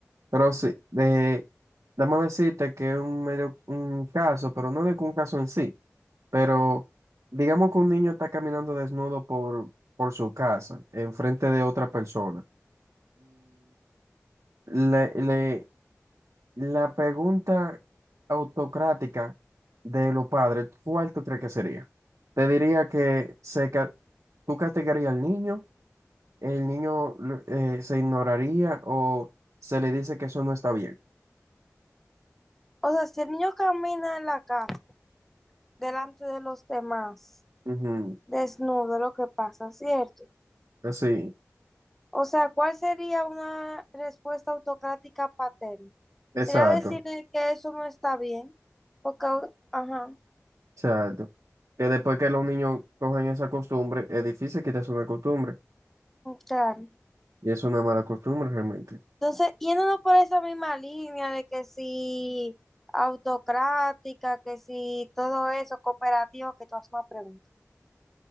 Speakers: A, on the right (about 85°); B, in the centre.
A: Pero sí, de, déjame decirte que es un medio, un caso, pero no de que un caso en sí, pero digamos que un niño está caminando desnudo por, por su casa, enfrente de otra persona. Le, le- la pregunta autocrática de los padres, ¿cuál tú crees que sería? Te diría que se, ca- tú castigarías al niño, el niño lo- eh, se ignoraría o se le dice que eso no está bien.
B: O sea, si el niño camina en la calle delante de los demás,
A: Ujú,
B: desnudo lo que pasa, ¿cierto?
A: Así,
B: O sea, ¿cuál sería una respuesta autocrática paterna?
A: exacto,
B: Sería decirle que eso no está bien, porque, ajá,
A: exacto. Que después que los niños cogen esa costumbre, es difícil quitarse una costumbre
B: claro.
A: y es una mala costumbre realmente.
B: Entonces, yéndonos por esa misma línea de que si autocrática, que si todo eso, cooperativo, que tú haces una pregunta.